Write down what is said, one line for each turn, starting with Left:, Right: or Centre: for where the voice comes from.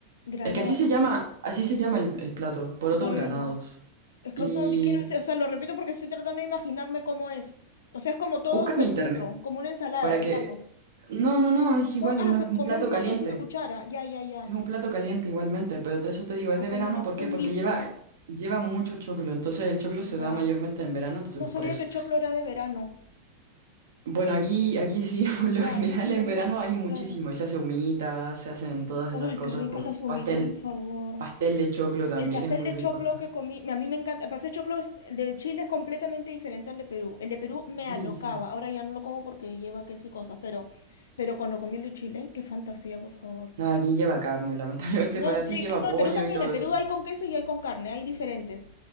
Left: Granado,
Right: Es que así se llama, así se llama el, el plato, porotos
Left: ya, ya,
Right: granados.
Left: ya. Es que,
Right: Y
Left: no, quiero decir, o sea, lo repito porque estoy tratando de imaginarme cómo es. O sea, es como todo
Right: busca
Left: sueltito,
Right: en internet
Left: como una ensalada,
Right: para
Left: digamos.
Right: que No, no, no, es igual,
Left: ¿No? Ah,
Right: una-
Left: o sea,
Right: un
Left: como
Right: plato
Left: un plato
Right: caliente.
Left: así de cuchara. Ya, ya, ya.
Right: Es un plato caliente igualmente, pero te- eso te digo, es de
Left: o
Right: verano,
Left: como unos,
Right: ¿por
Left: con
Right: qué? Porque
Left: un guiso.
Right: lleva, lleva mucho choclo, entonces el choclo se
Left: Ya.
Right: da mayormente en verano, entonces
Left: No sabía
Right: por eso.
Left: que el choclo era de verano.
Right: Bueno, aquí, aquí sí, <laughs> por lo
Left: Ya,
Right: general
Left: no se me
Right: en
Left: olvidó.
Right: verano hay muchísimo,
Left: Claro.
Right: y se hace humita, se hacen todas esas
Left: ¡Ay,
Right: cosas
Left: qué ricas
Right: con
Left: las humitas,
Right: pastel,
Left: por favor!
Right: pastel de choclo también,
Left: El pastel
Right: es muy
Left: de
Right: rico
Left: choclo
Right: acá.
Left: que comí, a mí me encanta. El pastel de choclo es- el de Chile es completamente diferente al de Perú. El de Perú me
Right: Sí,
Left: alocaba.
Right: sí.
Left: Ahora ya no lo como porque lleva queso y cosas, pero, pero cuando comí el de Chile, qué fantasía, por favor.
Right: No, aquí lleva carne, <laughs> lamentablemente
Left: No,
Right: para
Left: sí,
Right: ti lleva
Left: no,
Right: pollo
Left: en Perú también.
Right: y todo
Left: En Perú
Right: eso.
Left: hay con queso y hay con carne, hay diferentes.